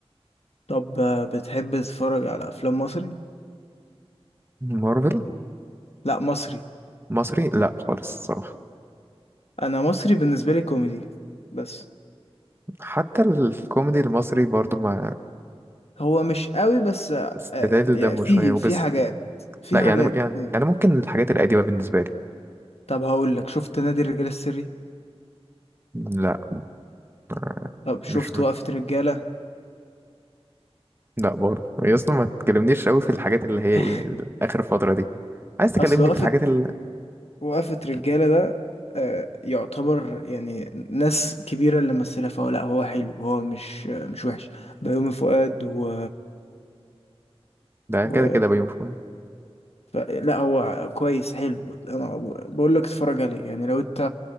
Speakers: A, on the left; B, on the right.
A: طب آه، بتحب تتفرج على افلام مصري
B: مارفل
A: لا مصري
B: مصري لا خالص الصراحة
A: انا مصري بالنسبه لي كوميدي بس
B: حتى الكوميدي المصري برضو ما
A: هو مش قوي بس آه،
B: استدل
A: آه، يعني
B: دمه
A: في
B: شوية وبس
A: في حاجات في
B: لا يعني
A: حاجات
B: يعني
A: آه،
B: يعني ممكن الحاجات القديمة بالنسبة لي
A: طب هقول لك شفت نادي الرجال السري
B: لا ما-
A: طب شفت
B: مش
A: وقفه رجاله
B: لا برضه يا اسطى ما تكلمنيش قوي في الحاجات اللي هي
A: <laughs>
B: ايه ال- اخر فتره دي عايز تكلمني
A: اصل وقفه
B: في الحاجات اللي
A: وقفة رجالة ده آه، يعتبر يعني ناس كبيرة اللي ممثلة فهو لا هو حلو هو مش مش وحش بيومي فؤاد و,
B: ده
A: و...
B: كده كده بيوم فؤاد
A: ف... لا هو كويس حلو انا بقول لك اتفرج عليه يعني لو انت